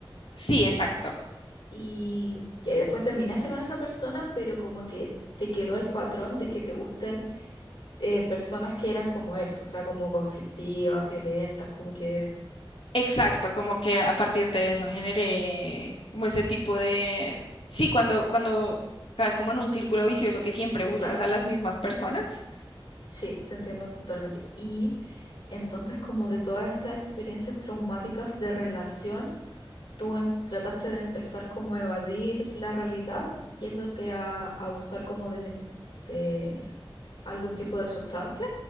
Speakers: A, on the left (about 80°); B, on the left (about 65°).
A: Sí, exacto.
B: y ya, y después terminaste con esa persona, pero como que te quedó el patrón de que te gusten eh, personas que eran como él, o sea, como conflictivas, violentas, como que,
A: Exacto, como que a partir de eso generé como ese tipo de... Sí, cuando, cuando caes como en un círculo vicioso que siempre buscas
B: claro.
A: a las mismas personas,
B: Sí, te entiendo totalmente. Y entonces, como de todas estas experiencias traumáticas de relación, tú em- trataste de empezar como a evadir la realidad yéndote a, a usar como de, de algún tipo de sustancia